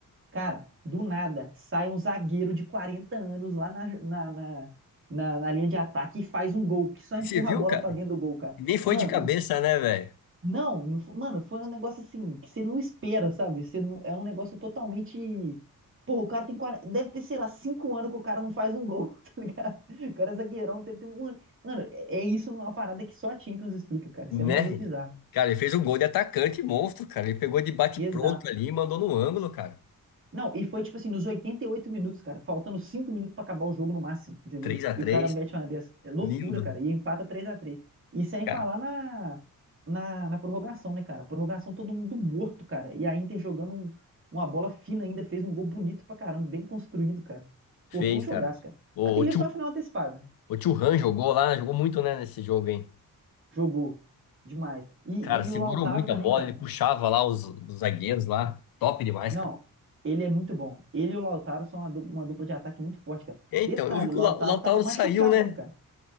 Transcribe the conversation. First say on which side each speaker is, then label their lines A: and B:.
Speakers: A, on the right; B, on the left.
A: Cara, do nada sai um zagueiro de 40 anos lá na, na, na, na- na linha de ataque e faz um gol, que só empurra
B: Você viu,
A: a bola
B: cara?
A: pra dentro do gol, cara.
B: Nem foi
A: Mano,
B: de cabeça,
A: e t-
B: né, velho?
A: não, não f- mano, foi um negócio assim que você não espera, sabe? Você não, é um negócio totalmente. Porra, o cara tem 40, deve ter, sei lá, 5 anos que o cara não faz um gol, <laughs> tá ligado? O cara é zagueirão, deve ter um ano. Mano, é é isso uma parada que só a Champions explica, cara.
B: Né?
A: Isso é um bagulho bizarro.
B: Cara, ele fez um gol de atacante monstro, cara. Ele pegou de bate-pronto
A: Exato.
B: ali e mandou no ângulo, cara.
A: Não, e foi tipo assim, nos 88 minutos, cara, faltando 5 minutos pra acabar o jogo no máximo, entendeu?
B: três a
A: E
B: três
A: o cara mete uma dessa. É loucura,
B: Lindo,
A: cara, e empata três a três. E sem
B: cara.
A: falar na, na, na prorrogação, né, cara? Prorrogação todo mundo morto, cara. E a Inter jogando um- uma bola fina ainda, fez um gol bonito pra caramba, bem construído, cara.
B: Fez,
A: Pô, foi um jogaço,
B: cara.
A: cara.
B: O,
A: Aquele
B: o
A: ali foi a final antecipada.
B: O Thuram jogou lá, jogou muito, né, nesse jogo, hein?
A: Jogou demais. E,
B: Cara, segurou
A: e o Lautaro
B: muito
A: também,
B: a bola,
A: cara.
B: ele puxava lá os, os zagueiros lá. Top demais,
A: Não,
B: cara.
A: ele é muito bom. Ele e o Lautaro são uma du- uma dupla de ataque muito forte, cara.
B: É,
A: Detalhe,
B: Então, eu vi que
A: o Lautaro
B: o, La- o Lautaro
A: tava machucado,
B: saiu, né?
A: né, cara?